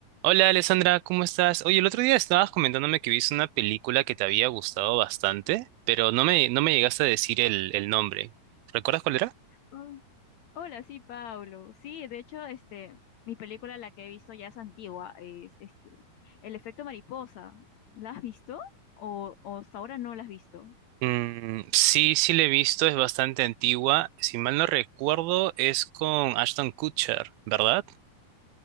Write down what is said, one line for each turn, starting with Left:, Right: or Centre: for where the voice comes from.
Right: Hola Alessandra, ¿cómo estás? Oye, el otro día estabas comentándome que viste una película que te había gustado bastante, pero no me, no me llegaste a decir el, el nombre. ¿Recuerdas cuál era?
Left: Ah, Hola, sí, Pablo. Sí, de hecho, este, mi película, la que he visto ya es antigua, es este, El efecto mariposa. ¿La has visto? O, o hasta ahora no la has visto.
Right: Mm, sí, sí la he visto, es bastante antigua. Si mal no recuerdo, es con Ashton Kutcher, ¿verdad?